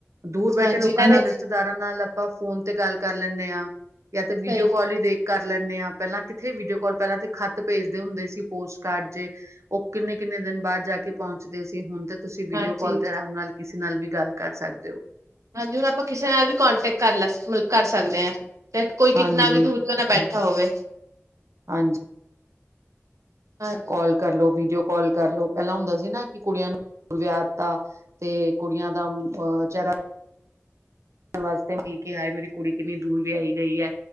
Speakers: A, on the right (about 70°); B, on the right (about 85°).
A: ਦੂਰ ਬੈਠੇ
B: ਹਾਂਜੀ
A: ਲੋਕਾਂ
B: ਨਾਲੇ
A: ਨਾਲ, ਰਿਸ਼ਤੇਦਾਰਾਂ ਨਾਲ ਆਪਾਂ ਫੋਨ ਤੇ ਗੱਲ ਕਰ ਲੈਣੇ, ਹਾਂ ਯਾ ਤੇ
B: ਸਹੀ
A: ਵੀਡੀਓ
B: ਕਿਹਾ
A: ਕਾਲ ਹੀ ਦੇਖ ਕਰ ਲੈਣੇ ਹਾਂ ਪਹਿਲਾਂ ਕਿੱਥੇ ਵੀਡੀਓ ਕੋਲ ਪਹਿਲਾਂ ਤੇ ਖੱਤ ਭੇਜਦੇ ਹੁੰਦੇ ਸੀ, ਪੋਸਟ ਕਾਰਡ ਜੇ ਉਹ ਕਿੰਨੇ-ਕਿੰਨੇ ਦਿਨ ਬਾਅਦ ਜਾ ਕੇ ਪਹੁੰਚਦੇ ਸੀ ਹੁਣ ਤੇ ਤੁਸੀਂ ਵੀਡੀਓ
B: ਹਾਂਜੀ।
A: ਕੋਲ ਤੇ ਆਰਾਮ ਨਾਲ ਕਿਸੇ ਨਾਲ ਵੀ ਗੱਲ ਕਰ ਸਕਦੇ ਹੋ
B: ਹਾਂਜੀ ਹੁਣ ਆਪਾਂ ਕਿਸੇ ਨਾਲ ਵੀ ਕੋਂਟੈਕਟ ਕਰ-ਕਰ ਸਕਦੇ ਹਾਂ ਤੇ ਕੋਈ
A: ਹਾਂਜੀ
B: ਕਿਤਨਾ ਵੀ ਦੂਰ ਕਿਉਂ ਨਾ ਬੈਠਾ, ਬੈਠਾ ਹੋਵੇ,
A: ਹਾਂਜੀ,
B: <unintelligible>
A: ਕੋਲ ਕਰਲੋ, ਵੀਡੀਓ ਕੋਲ ਕਰਲੋ, ਪਹਿਲਾਂ ਹੁੰਦਾ ਸੀ ਨਾ ਕਿ ਕੁੜੀਆਂ ਨੂੰ ਵਿਆਤਾ। ਤੇ ਕੁੜੀਆਂ ਦਾ ਅਹ ਚਿਹਰਾ ਵਾਸਤੇ ਸੀ ਕਿ ਹਾਏ ਮੇਰੀ ਕੁੜੀ ਕਿੰਨੀ ਦੂਰ ਵਹਾਈ ਗਈ ਹੈ।